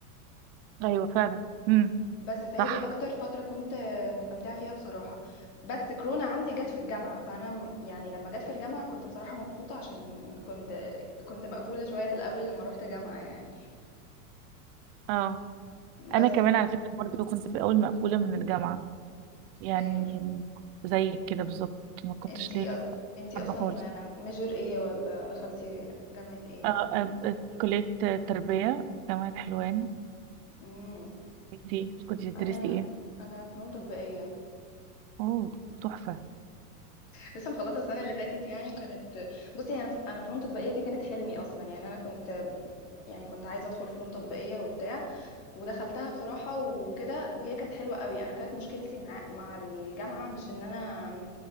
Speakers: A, on the right; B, on the left.
A: ايوه فعلا امم
B: بس فهي
A: صح
B: دي اكتر فتره كنت مستمتعه فيها بصراحه بس كورونا عندي جت في الجامعه فانا م- يعني لما جت في الجامعه كنت بصراحه مبسوطه عشان كنت كنت مقفوله شويه في الاول لما روحت جامعه يعني
A: اه انا
B: بس
A: كمان على فكره برضو كنت في الاول مقفوله من الجامعه يعني
B: ايوه
A: زي كده بالظبط ما كنتش
B: انتي
A: ليه
B: انتي
A: حابة
B: اصلا
A: خالص
B: ميجر ايه ولا دخلتي جامعه ايه
A: آه، آه، آه، كلية تربية جامعة حلوان
B: امم
A: انتي كنت تدرسي
B: انا
A: ايه؟
B: انا فنون تطبيقيه
A: اوه تحفة
B: لسه مخلصه السنه اللي فاتت يعني وكانت بصي يعني انا ف- أنا فنون تطبيقيه دي كانت حلمي اصلا يعني انا كنت يعني كنت عايزه ادخل فنون تطبيقيه وبتاع ودخلتها بصراحة وكده وهي كانت حلوة قوي انا كانت مشكلتي مع مع الجامعة مش ان انا